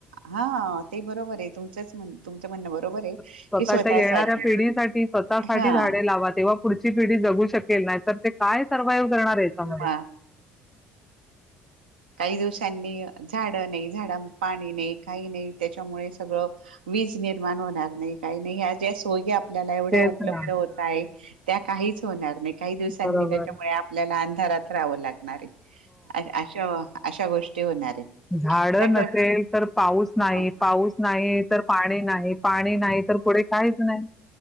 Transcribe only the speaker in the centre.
स्वतःच्या
येणाऱ्या पिढीसाठी स्वतःसाठीठी
झाडे लावा. तेव्हा पुढची पिढी जगू शकते. नाही तर ते काय सर्वायव करणार? याच्यामध्ये?
तेच
ना,
बरोबर.
झाड
नसेल
तर पाऊस नाही
पाऊस नाही तर पाणी नाही पाणी नाही तर पुढे काहीच नाही